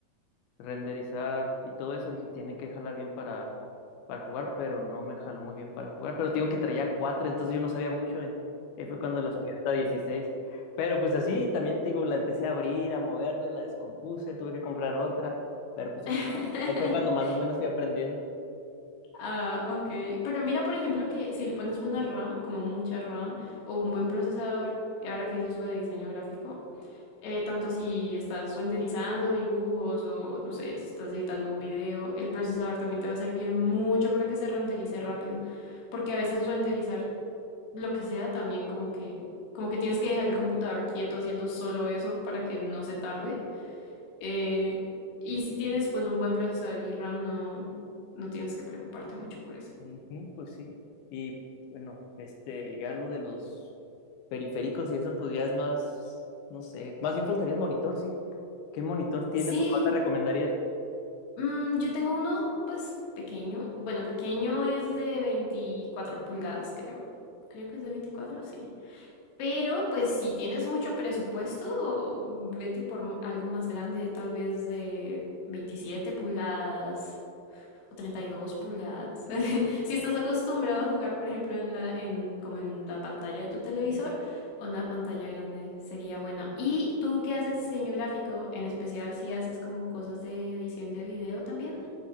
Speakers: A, on the left; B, on the left.
A: renderizar y todo eso, dije, tiene que jalar bien para, para jugar, pero no me jaló muy bien para jugar. Pero te digo que traía 4 entonces yo no sabía mucho. en- Ahí fue cuando la subí hasta dieciséis Pero pues así, también te digo, la empecé a abrir, a moverle, la descompuse, tuve que comprar otra. Pero pues
B: <laughs>
A: ahí fue, ahí fue cuando más o menos fui aprendiendo.
B: Ah, ok. Pero mira, por ejemplo, que si le pones buena RAM, como mucha RAM, o un buen procesador, y ahora que dices lo de diseño gráfico, eh, tanto si estás renderizando dibujos o, no sé, si estás editando un video, el procesador también te va a servir mucho para que se renderice rápido. Porque a veces renderizar lo que sea, también como que, como que tienes que dejar el computador quieto haciendo solo eso para que no se tarde. Eh, y si tienes pues un buen procesador y RAM, no, no tienes que preocuparte mucho por eso.
A: Ujú, pues sí. Y bueno, este, ya lo de los periféricos y eso, pues ya es más, no sé, más bien faltaría el monitor, sí. ¿Qué monitor tienes
B: Sí,
A: o cuál te recomendarías?
B: mm, yo tengo uno pues pequeño. Bueno, pequeño es de veinticuatro pulgadas, creo. Creo que es de veinticuatro sí. Pero pues si tienes mucho presupuesto, vete por algo más grande, tal vez de 27 pulgadas. o 32 pulgadas. <laughs> Si estás acostumbrado a jugar, por ejemplo, en la, en, como en la pantalla de tu televisor, una pantalla grande sería bueno. ¿Y tú que haces diseño gráfico, en especial si haces como cosas de edición de video también?